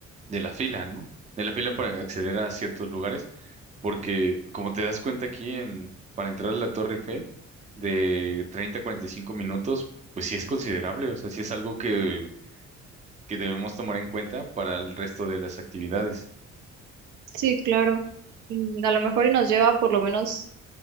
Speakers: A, on the right (about 25°); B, on the right (about 75°).
A: de la fila, ¿no? De la fila para acceder a ciertos lugares, porque como te das cuenta aquí en, para entrar a la Torre Eiffel, de 30 a 45 minutos, pues sí es considerable, o sea, sí es algo que que debemos tomar en cuenta para el resto de las actividades.
B: sí, claro. Mm, A lo mejor y nos lleva por lo menos